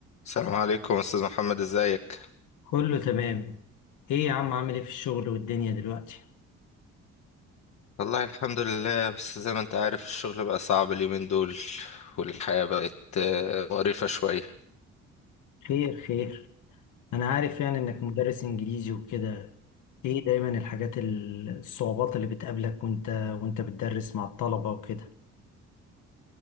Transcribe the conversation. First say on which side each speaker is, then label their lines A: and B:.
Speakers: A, on the left (about 65°); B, on the left (about 80°).
A: السلام عليكم استاذ محمد ازيك
B: كله تمام ايه يا عم عامل ايه في الشغل والدنيا دلوقتي
A: والله الحمد لله بس زي ما انت عارف الشغل بقى صعب اليومين دول والحياة بقت آه، مقرفة شوية
B: خير خير انا عارف يعني انك مدرس انجليزي وكده ايه دايما الحاجات ال- الصعوبات اللي بتقابلك وانت وانت بتدرس مع الطلبة وكده